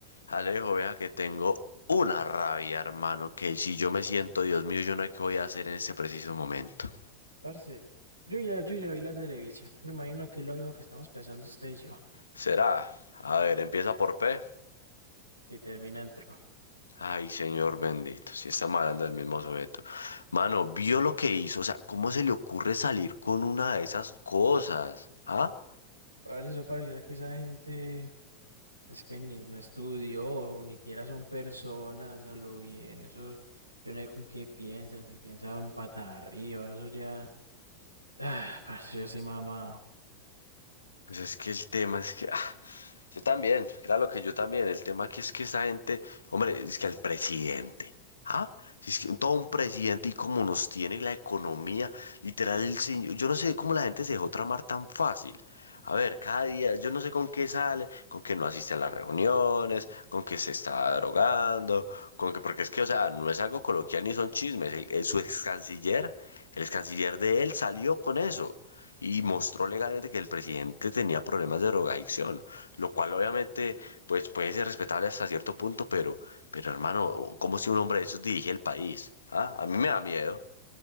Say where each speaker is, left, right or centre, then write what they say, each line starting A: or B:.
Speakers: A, on the left (about 75°); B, on the right (about 85°).
A: Alejo, vea que tengo una rabia, hermano, que si yo me siento, Dios mío, yo no sé qué voy a hacer en este preciso momento.
B: Parce, yo ya, yo ya vi la televisión. Me imagino que es lo mismo que estamos pensando usted y yo.
A: ¿Será? A ver, empieza por P.
B: Y termina entró.
A: Ay, señor bendito, si está malando el mismo sujeto. Mano, vio lo que hizo, o sea, ¿cómo se le ocurre salir con una de esas cosas? ¿Ah?
B: Parce, eso pareciera que esa gente es que ni no estudió, ni siquiera son personas, a lo bien. Eso, yo no sé con qué piensan, si piensan patas arriba, eso ya. Ah, parce, yo soy mamado.
A: Pues es que el tema es que, ah, Yo también, claro que yo también. El tema aquí es que esa gente, hombre, es que el presidente, ¿ah? Si Es que todo un presidente y como nos tiene la economía, literal, el señor, yo no sé cómo la gente se dejó tramar tan fácil. A ver, cada día, yo no sé con qué sale, con que no asiste a las reuniones, con que se está drogando, con que, porque es que, o sea, no es algo coloquial ni son chismes. El- el- su ex canciller, el ex canciller de él salió con eso y mostró legalmente que el presidente tenía problemas de drogadicción, lo cual obviamente pues puede ser respetable hasta cierto punto, pero, pero hermano, ¿cómo si un hombre de esos dirige el país? ¿Ah? A mí me da miedo.